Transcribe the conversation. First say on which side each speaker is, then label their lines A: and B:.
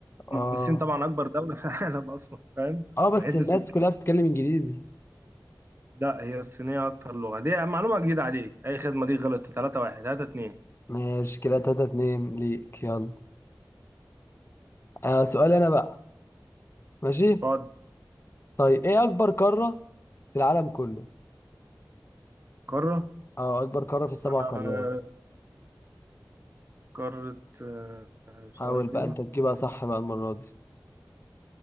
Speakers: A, on the left; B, on the right.
A: اه
B: الصين طبعا أكبر دولة في العالم أصلا فاهم
A: اه بس
B: من حيث
A: الناس
B: السكان
A: كلها بتتكلم انجليزي
B: لا هي الصينية أكتر لغة دي معلومة جديدة عليك أي خدمة دي غلط 3 1 3 2
A: ماشي كده تلاتة اتنين ليك يلا آه سؤالي انا بقى ماشي
B: تقعد
A: طيب ايه اكبر قارة في العالم كله
B: قارة
A: اه اكبر قارة في السبع
B: آه،
A: قارات
B: قارة آه،
A: حاول
B: ثواني كده
A: بقى انت تجيبها صح بقى المرة دي